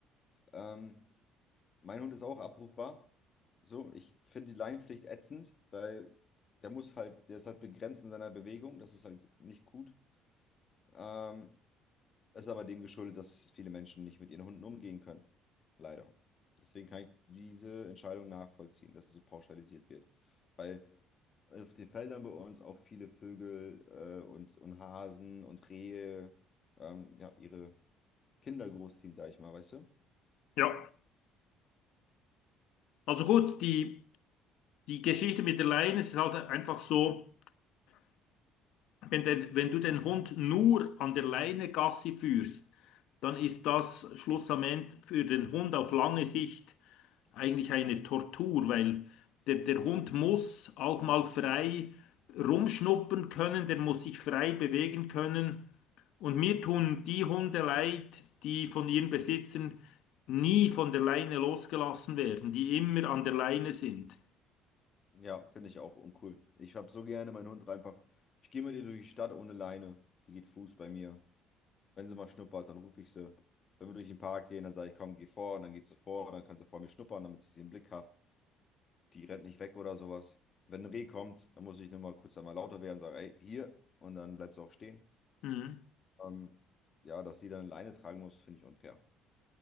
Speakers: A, on the left; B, on the left.
A: Ähm, mein Hund ist auch abrufbar. So, ich finde die Leinenpflicht ätzend, weil der muss halt, der ist halt begrenzt in seiner Bewegung. Das ist halt nicht gut. Ähm, ist aber dem geschuldet, dass viele Menschen nicht mit ihren Hunden umgehen können. Leider. Deswegen kann ich diese Entscheidung nachvollziehen, dass es so pauschalisiert wird. Weil auf den Feldern bei uns auch viele Vögel äh, und, und Hasen und Rehe ähm, ja, ihre Kinder großziehen, sag ich mal, weißt du?
B: Ja, also gut, die, die Geschichte mit der Leine es ist halt einfach so. Wenn, der, wenn du den Hund nur an der Leine Gassi führst, dann ist das schlussendlich für den Hund auf lange Sicht eigentlich eine Tortur, weil der, der Hund muss auch mal frei rumschnuppern können, der muss sich frei bewegen können. Und mir tun die Hunde leid, die von ihren Besitzern nie von der Leine losgelassen werden, die immer an der Leine sind.
A: Ja, finde ich auch uncool. Ich habe so gerne meinen Hund einfach. Ich gehe mit ihr durch die Stadt ohne Leine. Die geht Fuß bei mir. Wenn sie mal schnuppert, dann rufe ich sie. Wenn wir durch den Park gehen, dann sage ich, komm, geh vor. Und dann geht sie vor. Und dann kann sie vor mir schnuppern, damit ich sie im Blick habe. Die rennt nicht weg oder sowas. Wenn ein Reh kommt, dann muss ich nur mal kurz einmal lauter werden und sage, ey, hier. Und dann bleibt sie auch stehen.
B: Mhm.
A: Ähm, ja, dass sie dann eine Leine tragen muss, finde ich unfair.